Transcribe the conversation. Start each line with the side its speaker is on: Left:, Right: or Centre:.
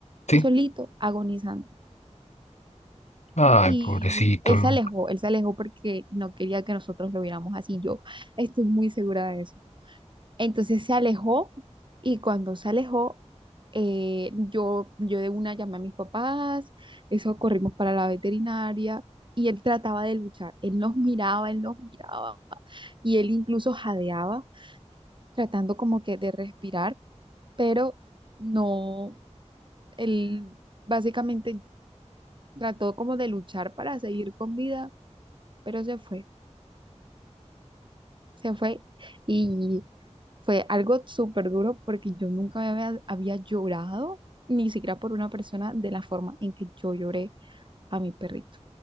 Left: Sí.
Right: solito, agonizando.
Left: Ay,
Right: Y
Left: pobrecito
Right: él
Left: Lucas.
Right: se alejó, él se alejó porque no quería que nosotros lo viéramos así. Yo estoy muy segura de eso. Entonces se alejó y cuando se alejó, eh, yo, yo de una llamé a mis papás, eso corrimos para la veterinaria y él trataba de luchar. Él nos miraba, él nos miraba y él incluso jadeaba, tratando como que de respirar, pero no, él básicamente trató como de luchar para seguir con vida, pero se fue. se fue y fue algo súper duro porque yo nunca me había, había llorado, ni siquiera por una persona, de la forma en que yo lloré a mi perrito.